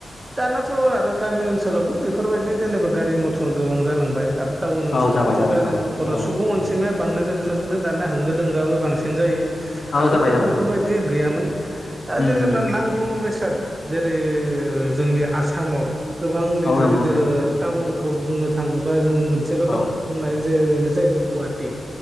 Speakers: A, on the right; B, on the left.
A: दानाथ' आरो गामि ओनसोलावबो बेफोरबायदि जेनेबा गारि-मटर गोबां जालांबाय आरो टाउन ओनसोलावथ'
B: औ जाबाय जाबाय
A: गारि-म
B: औ
A: सुबुं
B: औ
A: अनजिमाया बांनाय लोगो लोगोनो दानिया होंगो-दोंगोआबो बांसिन जायो।
B: औ
A: आगोल
B: जाबाय जाबाय
A: बेफोरबायदि
B: औ
A: गैयामोन दा
B: उम
A: जेनेबा
B: उम
A: नांगौ बेसाद जेरै जोंनि आसामाव गोबां गिदिर
B: औ नंगौ
A: गिदिर
B: नोंथां
A: टाउन खौ बुंनो थाङोबा जोङो मोनसेल' टाउनखौ
B: औ
A: बुंनाय जनो जाहैबाय गुवाहाटी